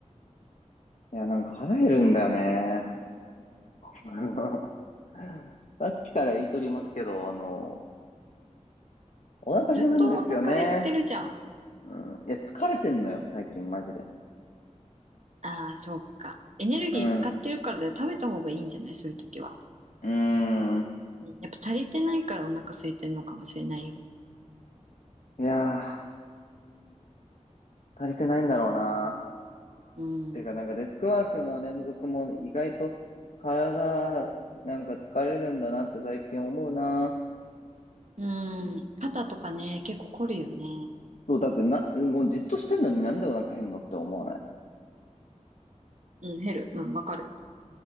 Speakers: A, on the left; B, on the right.
A: いや、なんか腹減るんだよね。<laughs> さっきから言いとりますけど、あのーお腹減るんですよね。
B: ずっとお腹減ってるじゃん。
A: うん。いや、疲れてんのよ、最近、マジで。
B: ああ、そうか。エネルギー使ってるからだよ。
A: うん。
B: 食べた方がいいんじゃないそういう時は。
A: うーん。
B: うんやっぱ足りてないからお腹空いてるのかもしれないよ。
A: いやー、足りてないんだろうな。
B: うん。
A: てか、なんかデスクワークの連続も意外と体なんか疲れるんだなって最近思うな。
B: うん。肩とかね、結構凝るよね。
A: そう、だってな、もうじっとしてんのになんでお腹減るのって思わない。
B: うん、減る。うん、わかる。